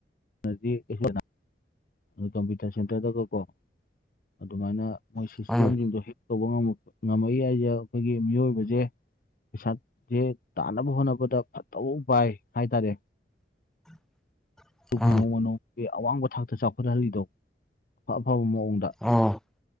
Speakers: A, on the left; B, in the centre.
A: ꯅꯣ ꯑꯗꯨ ꯀꯝꯄ꯭ꯌꯨꯇꯔ ꯁꯦꯟꯇꯔꯗꯒꯀꯣ ꯑꯗꯨꯃꯥꯏꯅ ꯃꯣꯏ ꯁꯤꯁꯇꯦꯝꯁꯤꯡꯗꯣ
B: ꯎꯝ
A: ꯍꯦꯛ ꯇꯧꯕ ꯉꯝꯃꯛꯏ ꯍꯥꯏꯁꯦ ꯑꯩꯈꯣꯏꯒꯤ ꯃꯤꯑꯣꯏꯕꯁꯦ ꯄꯩꯁꯥꯁꯦ ꯇꯥꯅꯕ ꯍꯣꯠꯅꯕꯗ ꯐꯠꯇꯕ ꯄꯏ ꯍꯥꯏ ꯇꯔꯦ
B: <inaudible>
A: ꯑꯗꯨ
B: ꯎꯝ
A: ꯀꯅꯨꯅꯣ ꯑꯋꯥꯡꯕ ꯊꯥꯛꯇ ꯆꯥꯎꯈꯠꯍꯜꯂꯤꯗꯣ ꯑꯐ ꯑꯐꯕ ꯃꯑꯣꯡ ꯁꯗ
B: ꯎꯝ ꯑꯣ